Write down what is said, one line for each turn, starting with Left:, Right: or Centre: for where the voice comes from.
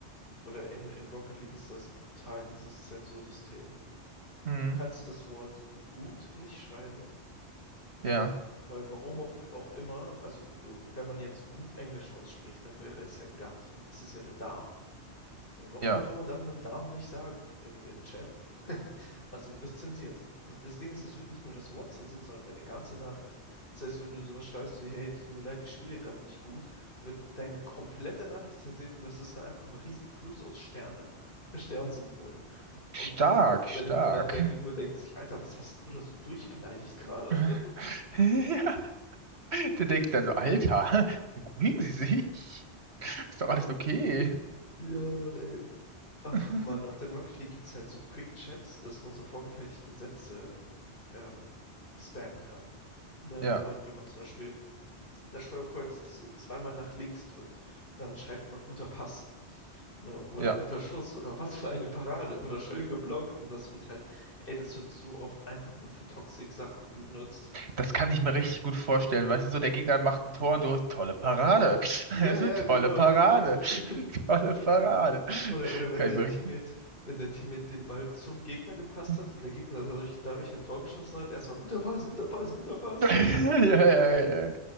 Left: oder in, in Rocket League ist das brutal, dieses Zensursystem.
Right: Mhm.
Left: Du kannst das Wort gut nicht schreiben,
Right: Ja,
Left: weil warum auch auch immer, also äh, wenn man jetzt gut Englisch ausspricht, dann wäre es ja gut und das ist ja der Darm. Und warum
Right: ja.
Left: auch immer darf man Damen nicht sagen im, im Chat. <laughs> Also wird das zensiert. Das Ding ist, es wird nicht nur das Wort zensiert, sondern deine ganze Nachricht. Das heißt, wenn du sowas schreibst wie, hey, tut mir leid, ich spiele gerade nicht gut, wird deine komplette Nachricht zensiert und das ist dann einfach ein riesen Fluss aus Sternen, <laughs> Sternsymbolen. Und
Right: Stark, stark.
Left: deine, dein, dein Gegenüber denkt sich, Alter, was hast denn du da so durchbeleidigt gerade?
Right: <laughs>
Left: <laughs>
Right: Ja. Da denkt dann so, Alter, <laughs> beruhigen Sie sich. Ist doch alles okay.
Left: Ja, Mann, ey. Ach
Right: <laughs>
Left: Mann, und in Rocket League gibt's halt so Quick Chats, dass man so vorgefertigte Sätze ähm, spammen kann. Ne,
Right: Ja,
Left: wenn man, wenn man zum Beispiel das Steuerkreuz z- zweimal nach links drückt, dann schreibt man guter Pass, ne, oder
Right: ja.
Left: guter Schuss oder was für eine Parade oder schön geblockt und das wird halt, ey, das wird so oft einfach nur für Toxic-Sachen benutzt.
Right: Das kann ich mir richtig gut vorstellen. Weißt du, so der Gegner macht ein Tor und du, tolle Parade. <laughs>
Left: Ja,
Right: Also,
Left: ja,
Right: tolle
Left: genau,
Right: Parade.
Left: genau. <laughs>
Right: <laughs> Tolle Parade. Das
Left: Oder, oder wenn
Right: kann
Left: dein
Right: ich mir
Left: Teammate,
Right: richtig.
Left: wenn dein Teammate den Ball zum Gegner gepasst
Right: <laughs>
Left: hat und der Gegner dadurch, dadurch ein Tor geschossen hat, erstmal guter Pass, guter Pass, guter Pass.
Right: Ja,
Left: <laughs>
Right: ja, ja. ja.